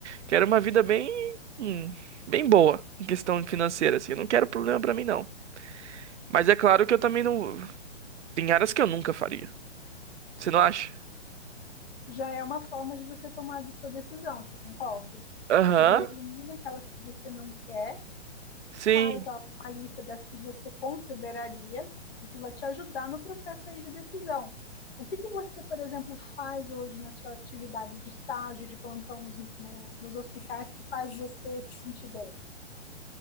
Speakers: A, on the right (about 75°); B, on the left (about 55°).
A: quero uma vida bem, hum, bem boa em questão financeira, assim. Eu não quero problema pra mim, não. Mas é claro que eu também não. Tem áreas que eu nunca faria. Você não acha?
B: Já é uma forma de você tomar a sua decisão, você concorda?
A: Aham,
B: Você já elimina aquelas que você não quer,
A: sim.
B: faz a- uma lista das que você consideraria, isso vai te ajudar no processo aí de decisão. O que, que você, por exemplo, faz hoje na sua atividade de estágio, de plantão nos, no, nos hospitais que faz você se sentir bem?